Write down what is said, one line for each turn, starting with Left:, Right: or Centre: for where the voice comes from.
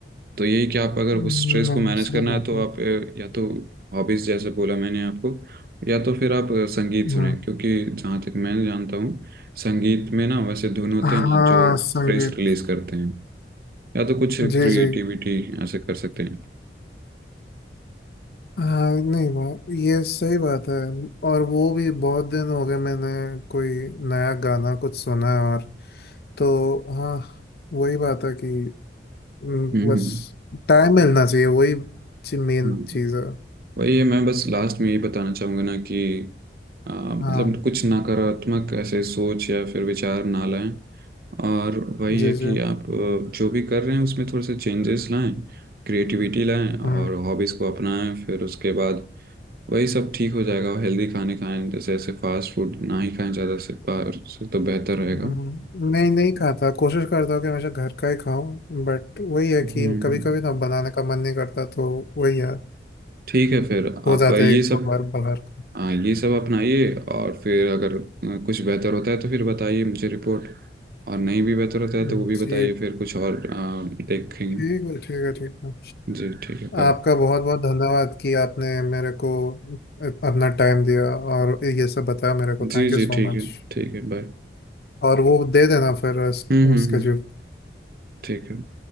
Right: तो यही कि आप अगर
Left: हम्म,
Right: उस स्ट्रेस को मैनेज
Left: सही
Right: करना
Left: बात
Right: है तो
Left: है
Right: आप अ, या तो हॉबीज जैसे बोला मैंने आपको या तो फिर आप अ, संगीत
Left: हम्म
Right: सुने क्योंकि जहाँ तक मैं जानता हूँ संगीत में ना वैसे धुन होते
Left: हाँ
Right: हैं ना जो
Left: संगीत
Right: स्ट्रेस रिलीज करते हैं या तो कुछ क्रिएटिविटी
Left: जी जी
Right: ऐसे कर सकते हैं
Left: हाँ नहीं वो ये सही बात है और वो भी बहुत दिन हो गए मैंने कोई नया गाना कुछ सुना है और तो हाँ वही बात है कि हम्म,
Right: हम्म
Left: बस टाइम मिलना चाहिए वही मेन
Right: हाँ।
Left: चीज़ है
Right: वही है मैं बस लास्ट में यही बताना चाहूँगा ना कि अ, मतलब
Left: हाँ
Right: कुछ नकारात्मक ऐसे सोच या फिर विचार ना लाएं और वही
Left: जी
Right: है कि
Left: जी
Right: आप अ, जो भी कर रहे हैं उसमें थोड़े से चेंजेस लाएं क्रिएटिविटी लाएं और
Left: हम्म
Right: हॉबीज़ को अपनाएं फिर उसके बाद वही सब ठीक हो जाएगा हेल्दी खाने खाएं जैसे ऐसे फास्ट फूड ना ही खाएं ज़्यादा से बाहर से तो बेहतर रहेगा
Left: हम्म, नहीं नहीं खाता कोशिश करता हूँ कि हमेशा घर का ही खाऊं बट वही है
Right: हम्म
Left: कि कभी कभी ना बनाने का मन नहीं करता तो वही है
Right: ठीक है फिर आप
Left: हो जाता
Right: ये
Left: है एक
Right: सब
Left: दो बार बाहर
Right: हाँ ये सब अपनाइए और फिर अगर अ, कुछ बेहतर होता है तो फिर बताइए मुझे रिपोर्ट और नहीं भी बेहतर होता
Left: हम्म,
Right: है तो वो भी
Left: जी
Right: बताइए फिर कुछ और अ, देखेंगे
Left: ठीक है ठीक है ठीक है
Right: जी ठीक है बाय
Left: आपका बहुत बहुत धन्यवाद कि आपने मेरे को अपना टाइम दिया और ये सब बताया मेरे को
Right: जी
Left: Thank you
Right: जी
Left: so
Right: ठीक
Left: much
Right: है ठीक है बाय
Left: और वो दे देना फिर उस,
Right: हम्म
Left: उसके
Right: हम्म हम्म।
Left: जो
Right: ठीक है